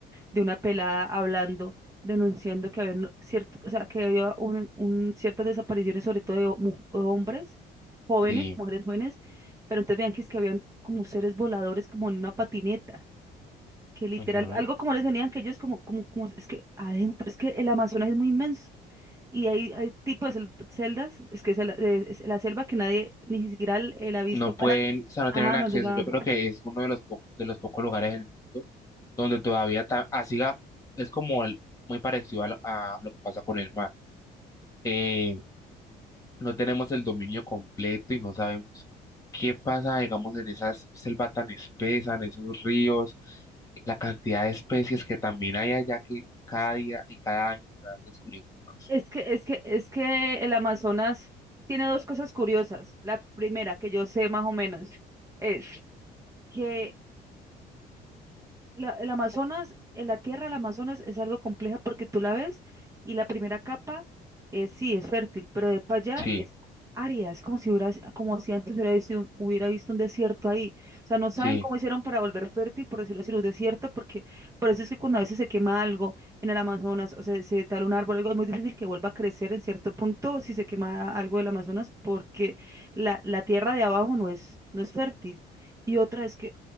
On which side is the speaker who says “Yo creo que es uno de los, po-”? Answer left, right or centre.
Left